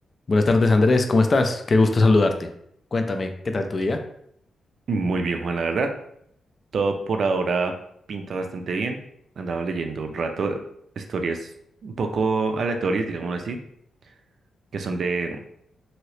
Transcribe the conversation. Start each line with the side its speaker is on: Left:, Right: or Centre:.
Left: Buenas tardes, Andrés, ¿cómo estás? Qué gusto saludarte. Cuéntame, ¿qué tal tu día?
Right: Muy bien, Juan, la verdad. Todo por ahora pinta bastante bien. Andaba leyendo un rato historias un poco aleatorias, digamos así, que son de